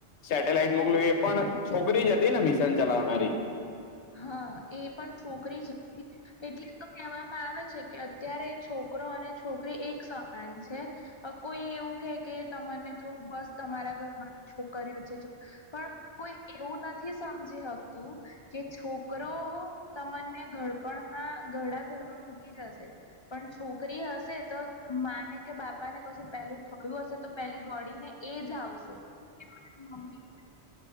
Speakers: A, on the left; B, on the left.
A: સેટેલાઈટ મોકલવી એ પણ છોકરી જ હતી ને મિશન ચલાવનારી?
B: હા એ પણ છોકરી જ હતી એટલે તો કહેવામાં આવે છે કે અત્યારે છોકરો અને છોકરી એક સમાન છે. અહ કોઈ એવું કે કે તમને તો બસ તમારા ઘરમાં છોકરીઓ છે. પણ કોઈ એવું નથી સમજી હકતું કે છોકરો તમને ઘડપણમાં ઘડા ઘરમાં મૂકી જશે. પણ છોકરી હશે તો માને કે બાપા ને કશું પેલું થયું હશે પેલી દોડીને એજ આવશે. કે મારી મમ્મી